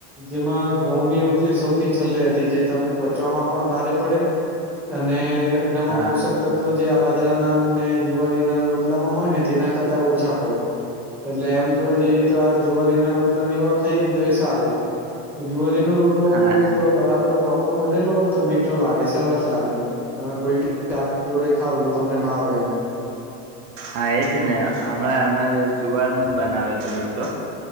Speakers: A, in the centre; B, on the right.
A: જેમાં ઘઉંની રોટલી સૌથી છેલ્લે હતી જે તમને પચવામાં પણ ભારે પડે અને એનામાં
B: હા
A: પોષક ત તો જે આ બાજરા નાને જુવારીના રોટલામાં હોય ને તેનાં કરતાં ઓછા હોય. એટલે એમ‌ જોવા જઈએ તો આ જુવારીના રોટલા ને એવા ખાઈએ ને તો એ સારું. જુવારીનો રોટલો
B: હા
A: જો બરાબર પ્રોપર બનેલો હોય ને તો મીઠો લાગે સરસ લાગે. તમે કોઈબી શાક જોડે ખાવ તો તમને ભાવે એમ.
B: હા એ જ ને અમણાં અમારે જુવારનો જ બનાવેયોતો રોટલો